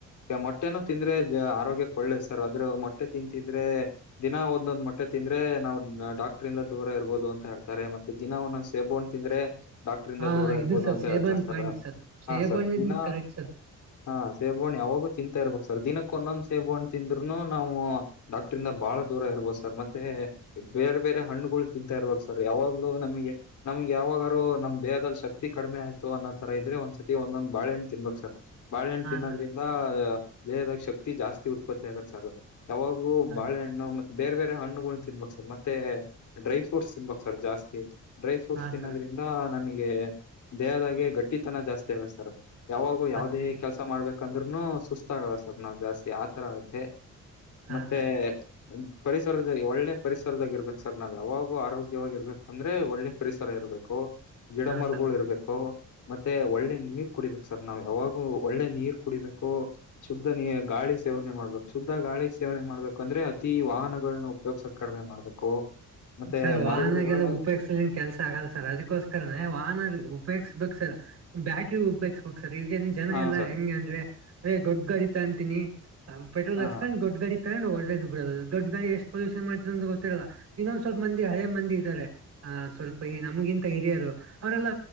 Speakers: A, on the left; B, on the right.
A: ಮೊಟ್ಟೆನ ತಿಂದ್ರೆ ಆರೋಗ್ಯಕ್ಕ ಒಳ್ಳೇದ ಸರ್ ಆದ್ರ ಮೊಟ್ಟೆ ತಿಂತಿದ್ರೆ ದಿನ ಒಂದೊಂದ ಮಟ್ಟೆ ತಿಂದ್ರೆ ನಾವ್ ಡಾಕ್ಟ್ರಂದ ದೂರ ಇರ್ಬೋದು ಅಂತ ಹೇಳ್ತಾರೆ ಮ ದಿನ ಒಂದದ ಸೇಬುನ ತಿಂದ್ರೆ ಡಾಕ್ಟ್ರಂದ
B: ಹಾ
A: ದೂರ ಇರ್ಬೋದು
B: ಇದು ಸರ್
A: ಅಂತ
B: ಸೇಬನ್
A: ಹೇಳ್ತಾ ಸ ಸರ್
B: ಪಾಯಿಂಟ್
A: ಹಾ
B: ಸೇಬಣ್ಣ
A: ಸರ್ ದಿನ
B: ಕರೆಕ್ಟ್ ಸರ್
A: ಹಾ ಸೇಬುನ ಯಾವಾಗೂ ತಿಂತಾ ಇರ್ಬೇಕ ಸರ್ ದಿನಕ್ಕ ಒಂದೊಂದ ಸೇಬಣ್ಣ ತಿಂದ್ರುನು ನಾವು ಡಾಕ್ಟ್ರಂದ ಬಾಳ ದೂರ ಇರ್ಬೋದು ಸರ್ ಮತ್ತೆ ಬೇರೆ ಬೇರೆ ಹಣ್ಣುಗಳು ತಿಂತಾ ಇರ್ಬಕ್ ಸರ್ ಯಾವಾಗ್ಲೂ ನಮಗೆ ನಮ್ಗ ಯಾವಾಗರು ನಮ್ ದೇಹದಲ್ಲಿ ಶಕ್ತಿ ಕಡಿಮೆ ಆಯ್ತ ಅನ್ನೋತರ ಇದ್ರೆ ಒಂದಸತಿ ಒಂದೊಂದ ಬಾಳಹಣ್ಣ ತಿನ್ಬೇಕ ಸ ಬಾಳೆಣ್ಣ
B: ಹಾ
A: ತಿನ್ನದ್ರೆ
B: ಸರ್
A: ದ ದೇಹದ ಶಕ್ತಿ ಜಾಸ್ತಿ ಉತ್ಪತ್ತಿ ಆಗತ್ತ ಸರ್ ಯಾವಾಗೂ
B: ಹಾಂ
A: ಬಾಳೆಹಣ್ಣು
B: ಸರ್
A: ಮ ಬೇರೆ ಬೇರೆ ಹಣ್ಣುಗಳ ತಿನ್ಬೇಕ ಸರ್ ಮತ್ತೆ ಡ್ರೈ ಫ್ರೂಟ್ಸ್ ತಿನ್ಬಕ ಸರ್ ಜಾಸ್ತಿ. ಡ್ರೈ ಫ್ರೂಟ್ಸ್
B: ಹಾಂ
A: ತಿನ್ನೋದ್ರಿಂದ
B: ಸರ್
A: ನಮಗೆ ದೇಹದಾಗೆ ಗಟ್ಟಿತನ ಜಾಸ್ತಿ ಆಗತ್ತ ಸರ್ ಯಾವಾಗೂ ಯಾವುದೇ
B: ಆಗ್ತದೆ
A: ಕೆಲಸ
B: ಸರ್
A: ಮಾಡ್ಬೇಕ ಕಂದ್ರೂನು ಸುಸ್ತ ಆಗಲ್ಲ ಸರ್ ನಾವ್ ಜಾಸ್ತಿ ಆತರ ಆಗತ್ತೆ
B: ಹಾಂ
A: ಮತ್ತೆ
B: ಸರ್
A: ಪರಿಸರದ ಒಳ್ಳೆ ಪರಿಸರದಾಗ ಇರ್ಬೇಕ ಸರ್ ನಾವ್ ಯಾವಾಗೂ ಆರೋಗ್ಯವಾಗಿ ಇರ್ಬೇಕ ಅಂದ್ರೆ ಒಳ್ಳೆ ಪರಿಸರ ಇರಬೇಕು ಗಿಡ
B: ಹಾಂ
A: ಮರುಗಳು
B: ಸರ್
A: ಇರ್ಬೇ ಕು ಮತ್ತೆ ಒಳ್ಳೆ ನೀರ್ ಕುಡಿಬೇಕು ಸರ್ ನಾವ್ ಯಾವಾಗು ಒಳ್ಳೆ ನೀರ್ ಕುಡಿಬೇಕು. ಶುದ್ಧ ನೀ ಗಾಳಿ ಸೇವನೆ ಮಾಡ್ಬೇಕು ಶುದ್ಧ ಗಾಳಿ ಸೇವನೆ ಮಾಡ್ಬೇಕಂದ್ರೆ ಅತಿ ವಾಹನಗಳನ್ನ ಯೋಗಸತ್ ಕಡಿಮೆ ಮಾಡ್ಬೇಕು. ಮತ್ತೆ
B: ಸರ್
A: ಮರಗಿಡಗಳನ್ನ
B: ವಾಹನಗೆಲ್ಲ ಉಪಯೋಗ್ಸ ಕೆಲ್ಸ ಆಗಲ್ಲ ಸರ್ ಅದಕ್ಕೋಸ್ಕರ ವಾಹನ ಉಪಯೋಗಿಸ್ಬೇಕ ಸರ್. ಬ್ಯಾಕಿಗ ಉಪಯೋಗ್ಸ ಬೇಕ ಸರ್ ಈವಗನ್ ಜನ
A: ಹಾ
B: ಎಲ್ಲಾ
A: ಸರ್
B: ಹೆಂಗೆ ಅಂದ್ರೆ ಎ ಗೋಡ್ಡ ಗಾಡಿ ತ ಅಂತಿನಿ ಪೆಟ್ರೋಲ್
A: ಹಾ
B: ಹಾಸ್ಕೊಂಡ್ ದೊಡ್ಡ ಗಾ <unintelligible> ದೊಡ್ಡ ಗಾಡಿ ಎಷ್ಟ ಪಲ್ಯೂಷನ್ ಮಾದಂತ ಗೊತ್ತರಲ್ಲ ಇನ್ನಂದ ಸ್ವಲ್ಪ ಹಳೆ ಮಂದಿ ಇದಾರೆ. ಹ ಸ್ವಲ್ಪ ಈ ನಮಗಿಂತ ಹಿರಿಯರು ಅವ್ರಲ್ಲ